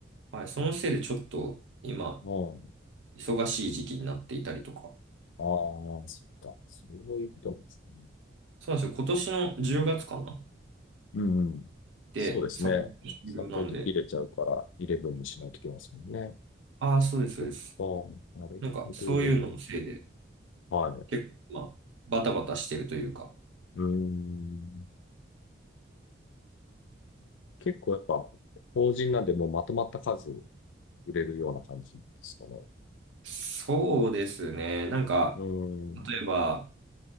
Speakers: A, on the right; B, on the left.
A: はい、そのせいでちょっと今
B: うん。
A: 忙しい時期になっていたりとか。
B: ああ、そっか。そういうことなんですね。
A: そうなんですよ。今年の10月かな
B: うんうん。
A: で、
B: そうですね。
A: サポート終了なんで。
B: サポート切れちゃうから、イレブンにしないといけませんね。
A: ああ、そうです、そうです。
B: そっか。なるほど。
A: なんか、そういうののせいで、
B: はい。
A: 結構、まあ、バタバタしてるというか。
B: うーん。結構やっぱ、法人なんでもうまとまった数売れるような感じですかね。
A: そうですね。なんか、
B: うーん。
A: 例えば、